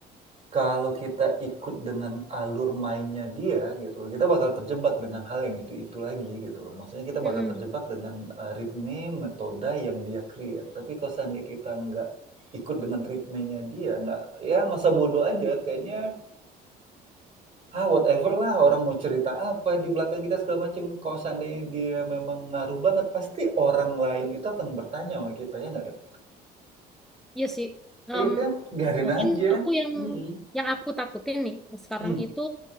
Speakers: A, on the right; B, in the centre.
A: Kalau kita ikut dengan alur mainnya dia gitu, kita bakal terjebak dengan hal yang itu-itu lagi gitu. Maksudnya kita bakal
B: mm-mm.
A: terjebak dengan eh, ritme, metode yang dia create. Tapi kalau seandainya kita nggak ikut dengan ritmenya dia, nggak ya masa bodoh aja kayaknya ah whatever lah orang mau cerita apa di belakang kita segala macam kalau seandainya dia memang ngaruh banget pasti orang lain itu akan bertanya sama kita ya nggak Ren?
B: Iya sih Em,
A: iya kan biarin
B: mungkin
A: aja
B: aku yang
A: Mm-mm.
B: yang aku takutin nih sekarang
A: Mm.
B: itu